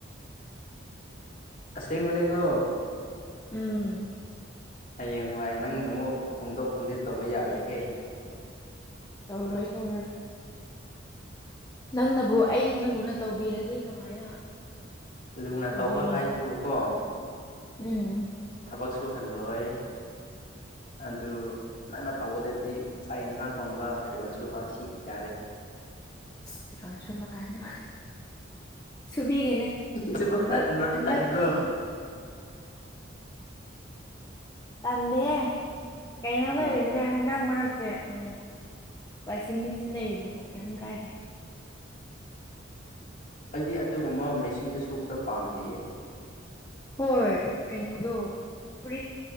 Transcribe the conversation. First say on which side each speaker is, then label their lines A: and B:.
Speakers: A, on the left; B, on the left.
A: ꯁꯤꯤꯡꯃꯅꯤ ꯀ
B: ꯎꯝ
A: ꯍꯌꯦꯡ ꯅꯨꯡꯥꯏ ꯅꯪ ꯑꯃꯨꯛ ꯍꯣꯡꯗꯣꯛ ꯍꯣꯡꯖꯤꯟ ꯇꯧꯕ ꯌꯥꯔꯍꯦ
B: ꯇꯧꯔꯣꯏ ꯇꯧꯔꯣꯏ ꯅꯪꯅꯕꯨ ꯑꯩ ꯂꯨꯅ ꯇꯧꯕꯤꯔꯗꯤ ꯀꯃꯥꯏꯅ
A: ꯂꯨꯅ
B: ꯇꯧꯗꯣꯏꯅꯣꯗ
A: ꯇꯧꯕ ꯍꯥꯏꯕꯕꯨ ꯀꯣ
B: ꯎꯝ
A: ꯊꯕꯛ ꯁꯨꯍꯜꯂꯣꯏ
B: <inaudible>
A: ꯑꯗꯨ ꯅꯪꯅ ꯇꯧꯒꯗꯕꯗꯤ ꯆꯥꯛ ꯌꯦꯟꯁꯥꯡ ꯊꯣꯡꯕ ꯐꯤꯔꯣꯜ ꯁꯨꯕ ꯁꯤ ꯌꯥꯔꯦ
B: ꯄꯤꯔꯣꯣꯟ ꯁꯨꯝꯕ ꯀꯥꯏꯅ ꯁꯨꯕꯤꯒꯦꯅꯦ
A: ꯁꯤꯕꯨ
B: ꯍꯟꯗꯛ ꯍꯟꯗꯛꯇꯤ
A: ꯇꯟꯕ꯭ꯔꯣ
B: ꯇꯥꯟ ꯗꯦ ꯀꯩꯅꯅꯂꯣꯏꯗꯤꯥꯟꯗ
A: ꯑꯣ
B: ꯃꯔꯔꯛ ꯦ ꯎ ꯋꯥꯁꯤꯡ ꯃꯦꯆꯤꯟ ꯂꯩꯔꯤꯗꯨꯕꯣ ꯀꯩꯝ ꯀꯥꯏꯗꯦ
A: ꯑꯩꯗꯤ ꯑꯗꯨꯒꯨꯝꯕ ꯃꯦꯆꯤꯟꯗ ꯁꯨꯕꯗ ꯄꯥꯝꯗꯦꯌꯦ
B: ꯍꯣꯏ ꯀꯩꯅꯣꯗꯣ ꯐꯔꯤꯠ